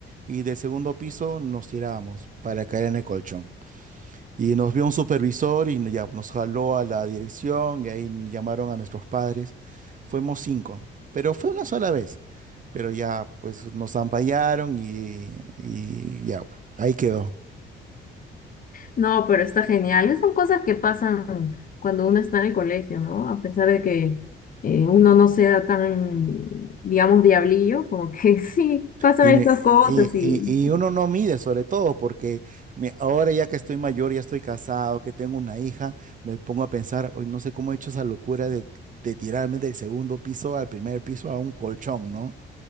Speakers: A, on the right; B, on the left.
A: y del segundo piso nos tirábamos para caer en el colchón. Y nos vio un supervisor y ya nos jaló a la dirección y ahí llamaron a nuestros padres. Fuimos cinco, pero fue una sola vez. Pero ya pues nos ampallaron y, y ya, ahí quedó.
B: No, pero está genial. Esas son cosas que pasan cuando uno está en el colegio, ¿no? A pesar de que eh, uno no sea tan, digamos, diablillo, como que <laughs> sí, pasan
A: Y,
B: estas
A: ne-
B: cosas
A: y-
B: y
A: y- y uno no mide sobre todo porque mi- ahora ya que estoy mayor, ya estoy casado, que tengo una hija, me pongo a pensar, hoy no sé cómo he hecho esa locura de, de tirarme del segundo piso al primer piso a un colchón, ¿no?